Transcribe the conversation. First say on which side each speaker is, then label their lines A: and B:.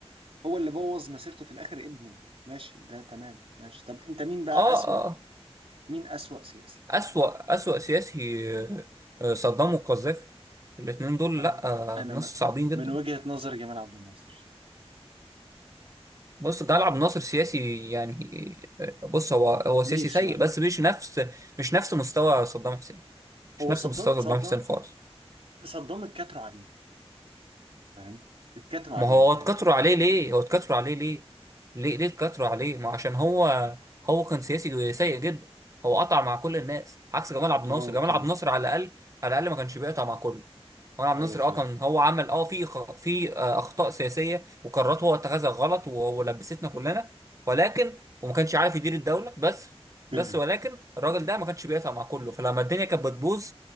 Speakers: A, on the right (about 60°); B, on the right (about 30°).
A: هو اللي بوظ مسيرته في الآخر ابنه ماشي ده تمام ماشي طب أنت مين بقى
B: اه
A: أسوأ
B: اه
A: مين أسوأ سياسي؟
B: أسوأ أسوأ سياسي آه، آه، صدام وقذافي الاتنين دول
A: أنا
B: لأ
A: أنا
B: آه، ناس
A: م-
B: صعبين جدا
A: من وجهة نظر جمال عبد الناصر
B: بص ده لعب ناصر سياسي يعني آه، بص هو هو
A: عنيف
B: سياسي
A: شوية
B: سيء بس مش نفس مش نفس مستوى صدام حسين مش
A: هو
B: نفس
A: صدام
B: مستوى صدام
A: صدام
B: حسين خالص
A: صدام اتكتروا عليه فاهم؟ اتكتروا
B: ما
A: عليه
B: هو
A: من الآخر
B: اتكتروا عليه ليه هو اتكتروا عليه ليه ليه ليه اتكتروا عليه ما عشان هو هو كان سياسي سيء جدا هو قطع مع كل الناس عكس جمال عبد
A: ما
B: الناصر
A: هو
B: جمال
A: طبعا
B: عبد الناصر على الأقل على الأقل ما كانش بيقطع مع كله وأنا عبد
A: ايوه
B: الناصر
A: فعلا
B: اه كان هو عمل اه في خ- في آه، اخطاء سياسيه وقرارات هو اتخذها غلط وهو لبستنا كلنا ولكن وما كانش عارف يدير الدوله بس
A: <laughs>
B: بس ولكن الراجل ده ما كانش بيقطع مع كله فلما الدنيا كانت بتبوظ